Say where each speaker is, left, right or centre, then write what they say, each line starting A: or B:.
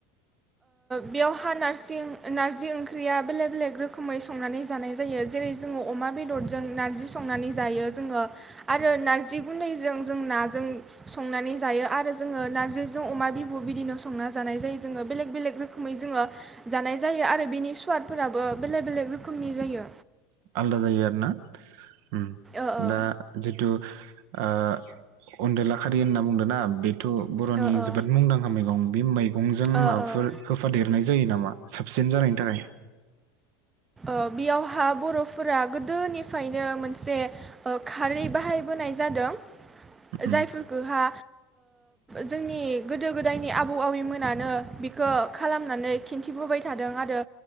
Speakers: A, on the right; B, on the right.
A: बेयावहा नारजि नार्जि ओंख्रिया बेलेक बेलेग रोखोमै संनानै जानाय जायो जेरै जोंङो अमा बेदरजों नारजि संनानै जायो। <inaudible> ज आरो नारजि गुन्दैजों जों नाजों संनानै जायो आरो जोंङो नारजिजों अमा बिबु बिदिनो संना जानाय जायो जोंङो <inaudible> बेलेग बेलेक रोखोमै जोंङो जानाय जायो आरो बेनि सुवादफोराबो बेलेक बेलेक रोखोमनि। जायो
B: आलदा जायो आरो ना। उम
A: ओ ओ
B: दा जिथु ओ अनदला खारि होनना बुंदों ना बे थ बरनि
A: ओ ओ
B: जोबोद मुंदांखा मैगं बे मैगंजों
A: ओ
B: माबाफोर
A: ओ
B: होफादेरनाय जायो नामा साबसिन जानायनि थाखाय?
A: बेयाव हा बरफोरा गोदोनिफ्रायनो मोनसे ओ खारै बाहायबोनाय जादों।
B: उम
A: जायफोरफोरखौहा जोंनि गोदो गोदायनि आबौ आबैमोनानो बिखौ खालामनानै खिन्थिबोबाय थादों आरो